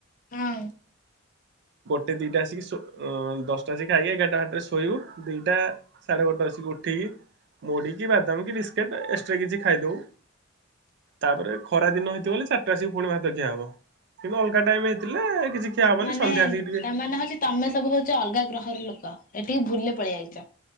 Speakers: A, on the left; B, on the right.
A: ହଁ
B: ଗୋଟେ ଦିଟା ଆସିକି ଦଶଟା ଆସିକି ଖାଇ ଏଗାରଟା ବାଟରେ ଶୋଇବୁ। ଦିଟା ସାଢେ ଗୋଟେ ଆସିକି ଉଠିକି ମୁଢ଼ି କି ବାଦାମ କି ବିସ୍କଟୀ ଏକ୍ସଟ୍ରା କିଛି ଖାଇଦବୁ। ତାପରେ ଖରା ଦିନ ହେଇଥିବ ବୋଲେ ଚାରିଟା ଆସିକି ପୁଣି ଭାତ ଖିଆ ହବ। କି ଅଲଗା ଟାଇମ ହେଇଥିଲା କିଛି ଖିଆ ହବନି
A: ମାନେ
B: ସନ୍ଧ୍ୟା ଆସିକି ଟିକେ
A: ତାମାନେ ହଉଛି ତମେ ସବୁ ହଉଚ ଅଲଗା ଗ୍ରହର ଲୋକ। ଏଠିକି ଭୁଲରେ ପଳେଇ ଆଇଚ।